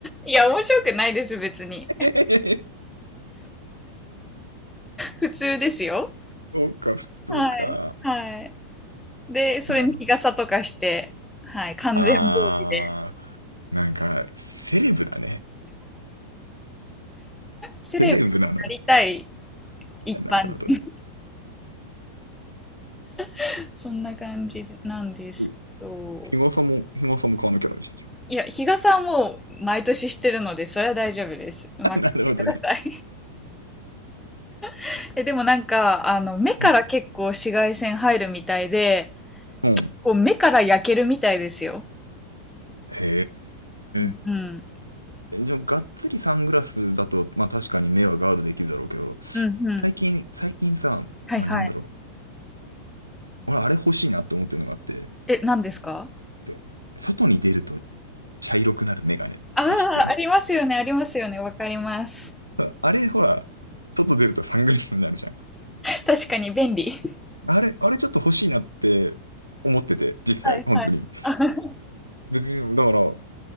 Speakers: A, in the centre; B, on the right.
A: いや、面白くないです、別に。
B: <laughs>
A: <laughs>
B: えへへへ
A: 普通ですよ。
B: そうか、普通か。
A: はい。はい。で、それに日傘とかして、
B: なるほど。
A: はい、完全防備で、
B: あー、なんか、セレブだね。
A: セレブになりたい
B: セレブなのよ。
A: 一般人。
B: なるほどね。
A: <laughs> そんな感じなんですけど、
B: うん日傘も、日傘も買わなきゃダメじゃんじゃ
A: いや、日傘はもう毎年してるので、それは大丈夫です。うまくしてください。
B: ん。<laughs> なるほどね。
A: <laughs> え、でもなんか、あの、目から結構紫外線入るみたいで、
B: うん。うん
A: こう、目から焼けるみたいですよ。
B: へ
A: うん。
B: え。
A: うん、
B: じゃあ、がっつりサングラスだと、まあ確かに目はガードできるだろうけど、
A: うん。うん
B: 最近、最近さ、
A: はい、
B: まあなんだろ
A: はい。
B: う。俺あれ欲しいなと思ってるのがあって、
A: え、何ですか
B: と外に出ると茶色くなるメガネって知ってる
A: ああ、ありますよね、ありますよね、わかります。
B: あ <laughs> あれ、ほら、外出るとサングラスになるじゃん。
A: <laughs> 確かに便利。
B: あれ、あれちょっと欲しいなって思ってて、実際、
A: はいはい。
B: 本当に。
A: <laughs> あは
B: 別に、だから、